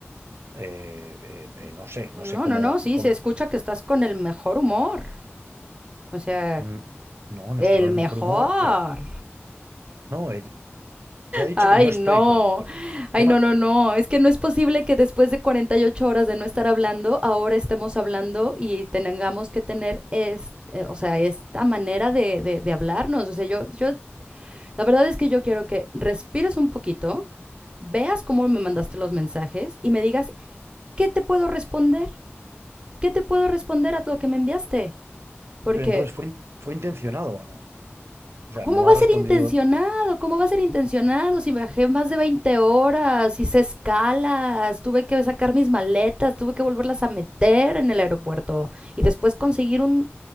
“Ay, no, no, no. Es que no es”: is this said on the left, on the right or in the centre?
Right